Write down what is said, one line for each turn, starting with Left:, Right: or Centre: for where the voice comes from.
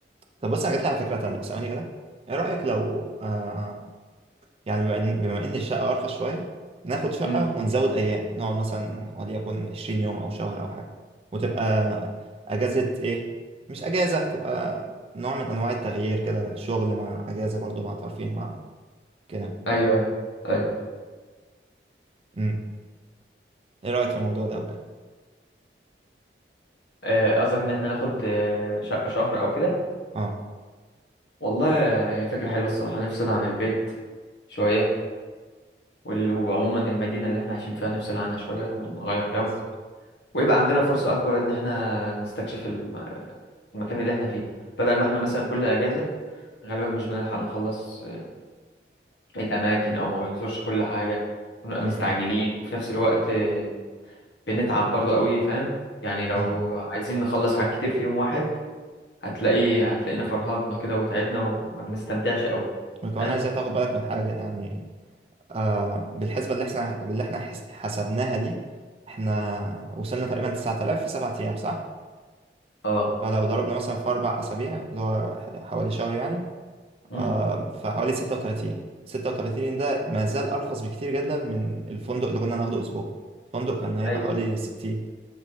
Right: طب بص أنا جاتلي على فكرة تانية ثواني كده إيه رأيك لو آه يعني بما إن بما إن الشقة أرخص شوية ناخد شقة
Left: امم
Right: ونزود أيام نقعد مثلا وليكن 20 يوم أو شهر أو حاجة وتبقى أجازة إيه مش أجازة تبقى نوع من أنواع التغيير كده شغل مع أجازة برضو مع ترفيه مع كده
Left: ايوه ايوه طيب.
Right: أمم. إيه رأيك في الموضوع ده أو كده؟
Left: آه، قصدك ان احنا ناخد آه، شقه شهر او كده
Right: أه
Left: والله آه، هي فكره حلوه الصراحه نفصل عن البيت شويه وال- وعموما المدينة اللي احنا عايشين فيها نفصل عنها شوية ونغير جو
Right: بالظبط
Left: ويبقى عندنا فرصة أكبر إن احنا نستكشف الم- المكان اللي احنا فيه بدل ما احنا مثلا كل أجازة غالبا مش بنلحق نخلص آه، الأماكن أو ما بنزورش كل حاجة ونبقى
Right: أمم.
Left: مستعجلين وفي نفس الوقت آه، بنتعب برضه قوي فاهم يعني لو
Right: أمم.
Left: عايزين نخلص حاجات كتير في يوم واحد هتلاقي هتلاقينا فرهضنا كده وتعبنا وما بنستمتعش قوي
Right: وكمان
Left: فاهم
Right: عايزك تاخد بالك من حاجة يعني آه بالحسبة اللي احنا اللي احنا حس- حسبناها دي احنا وصلنا تقريبا 9000 في 7 أيام صح؟
Left: اه
Right: فلو ضربنا مثلا في أربع أسابيع اللي هو ح- حوالي شهر يعني
Left: امم
Right: آه، فحوالي ستة وتلاتين ستة وتلاتين ده ما زال أرخص بكتير جدا من الفندق اللي كنا ناخده أسبوع الفندق كان هيبقى
Left: ايوه
Right: حوالي ستين